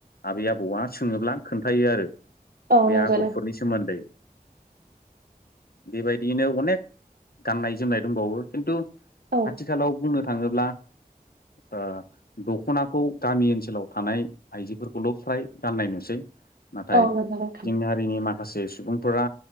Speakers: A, on the left; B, on the right.
A: आबै आबौवा सोङोब्ला खोन्थायो आरो
B: औ
A: बे
B: नंगौ
A: आगरफोरनि
B: नोंथां
A: सोमोन्दै बे बायदियैनो अनेक गाननाय जोमनाय दंबावो खिन्तु
B: औ
A: आथिखालाव बुंनो थाङोब्ला ओ दख'नाखौ गामि ओनसोलाव थानाय आइजोफोरखौल' फ्राय गाननाय नुसै नाथाय
B: औ नंगौ नोंथां
A: जोंनि हारिनि मा खासे सुबुंफोरा